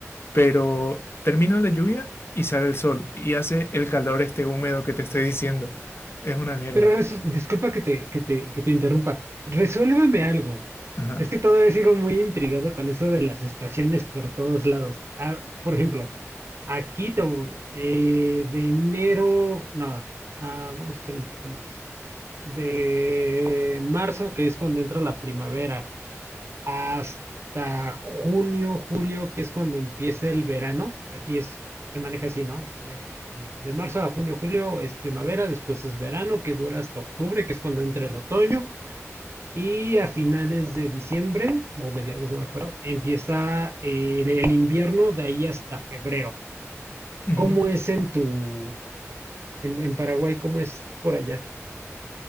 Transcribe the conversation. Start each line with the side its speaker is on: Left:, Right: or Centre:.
Left: pero termina la lluvia y sale el sol y hace el calor este húmedo que te estoy diciendo. Es una mierda.
Right: Pero resu- disculpa que te, que te, que te interrumpa. Resuélveme algo.
Left: Ajá.
Right: Es que todavía sigo muy intrigado con eso de las estaciones por todos lados. Ah, por ejemplo, aquí te- eh, de enero, no, ah, vamos a hacer un poquito más. De marzo, que es cuando entra la primavera, hasta junio, julio, que es cuando empieza el verano. Aquí es, se maneja así, ¿no? Eh, de marzo a junio, julio es primavera, después es verano, que dura hasta octubre, que es cuando entra el otoño. Y a finales de diciembre, o mediados, no me acuerdo, empieza eh, el, el invierno de ahí hasta febrero.
Left: Ujú.
Right: ¿Cómo es en tu, en, en Paraguay, cómo es por allá?